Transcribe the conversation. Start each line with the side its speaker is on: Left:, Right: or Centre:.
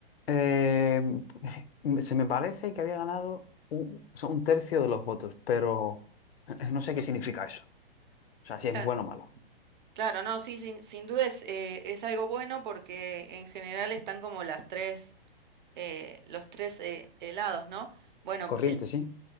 Left: Eh, se me parece que había ganado un, o sea, un tercio de los votos, pero eh, no sé qué significa eso. O sea, si
Right: Claro,
Left: es bueno o malo.
Right: claro, no, sí, sin, sin duda es, eh, es algo bueno porque en general están como las tres, eh, los tres eh, helados, ¿no? Bueno,
Left: Corriente, sí.